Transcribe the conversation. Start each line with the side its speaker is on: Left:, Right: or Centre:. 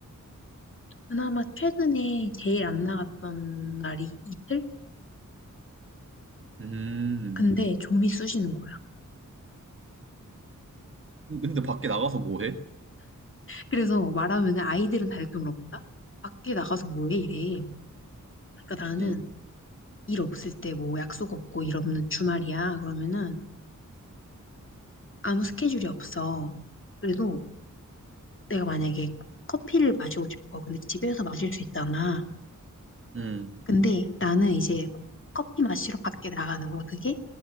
Left: 그나마 최근에 제일 안 나갔던 날이 이틀?
Right: 음.
Left: 근데 좀이 쑤시는 거야.
Right: 근데 밖에 나가서 뭐 해?
Left: 그래서 말하면은 아이들은 다 이렇게 물어본다? 밖에 나가서 뭐해? 이래. 그러니까 나는
Right: 어.
Left: 일 없을 때 뭐 약속 없고 일 없는 주말이야. 그러면은 아무 스케줄이 없어. 그래도 내가 만약에 커피를 마시고 싶어. 근데 집에서 마실 수 있잖아.
Right: 음.
Left: 근데 나는 이제 커피 마시러 밖에 나가는 거야. 그게